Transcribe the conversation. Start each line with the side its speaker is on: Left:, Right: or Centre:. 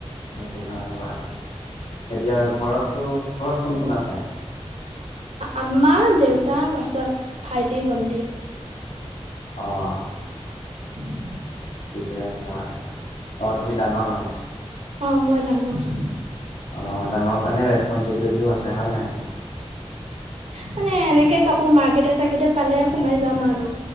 Left: সেইটো কাৰণেই বা এতিয়া ঘৰতটো ঘৰত কোন- কোন আছে?
Right: আম্মা, দেউতা পাছত ভাইটি -ভণ্টি।
Left: অহ
Right: <inaudible>
Left: ঠিকে আছে <unintelligible> অহ তুমি ডাঙৰ মানে
Right: অহ, মই ডাঙৰ।
Left: অহ, ডাঙৰ কাৰণে ৰেচপঞ্চিবিলিটিও আছে হয় নাই?
Right: মানে এনেকে কাপোৰ মাৰ্কেট চাৰ্কিতে পালে সোমাই যাম আৰু